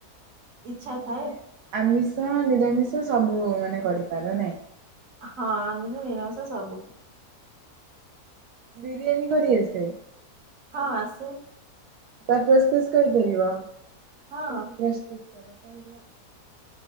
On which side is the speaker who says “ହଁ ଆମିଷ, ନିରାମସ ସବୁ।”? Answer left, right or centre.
Right